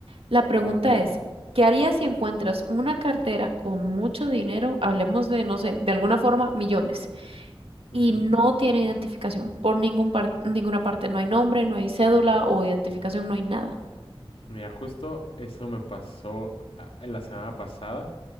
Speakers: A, on the right; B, on the left.
A: La pregunta
B: Ok.
A: es, ¿qué harías si encuentras una cartera con mucho dinero? Hablemos de, no sé, de alguna forma, millones. y
B: Ujú.
A: no tiene identificación por ningún par- ninguna parte. No hay nombre, no hay cédula o identificación, no hay nada.
B: Mira, justo eso me pasó a- a la semana pasada